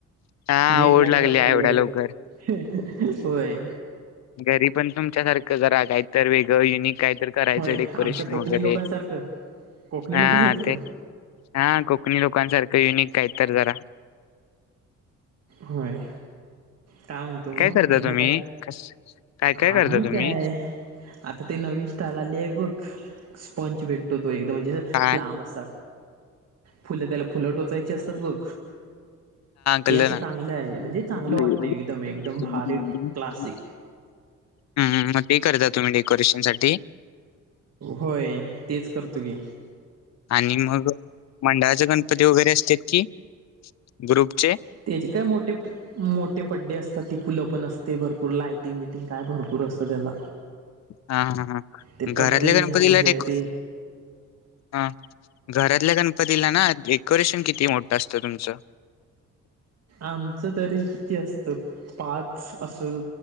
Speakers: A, on the left (about 60°); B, on the right (about 55°).
A: हा
B: वेड
A: ओढ
B: लागले
A: लागली
B: वाटते
A: आहे एवढ्या
B: एवढं
A: लवकर
B: हम्म हम्म होय.
A: घरी पण तुमच्यासारखं जरा काही तर वेगळं युनिक. काहीत करायचं
B: होय
A: डेकोरेशन
B: आमच्या कोकणी
A: वगैरे.
B: लोकांसारखं कोकणी
A: हा
B: लोकांसारखं
A: ते हा कोकणी लोकांसारखं युनिक काही तर जरा.
B: होय काय म्हणतो मग
A: करता
B: यंदा
A: तुम्ही
B: काय.
A: कस काय काय करता
B: आम्ही
A: तुम्ही
B: काय आता ते नवीन स्टाईल आली आहे बघ पंच भेटतो तो एकदम म्हणजे
A: काय
B: लांब असा फुलं त्याला फुलं टोचायची असतात बघ.
A: पल
B: ते आता
A: ना
B: चांगलं आहे
A: <unintelligible>
B: म्हणजे चांगलं वाटतं एकदम एकदम भारी क्लासिक
A: हम्म मग ते करता तुम्ही डेकोरेशनसाठी
B: होय तेच करतो की
A: आणि मग मंडळाचे गणपती वगैरे असत की ग्रुपचे
B: त्याचे काय मोठे मोठे पडदे असतात ती फुलं पण असते भरपूर लायटिंग बटिंग काय भरपूर पूर असत त्याला
A: हा हा हा
B: ते
A: घरातल्या
B: पड्डे
A: गणपतीला
B: आम्ही ते काय
A: डेको
B: ते
A: हा घरातल्या गणपतीला ना डेकोरेशन किती मोठ असत तुमचं
B: आमचं तरी किती असतं पाच असं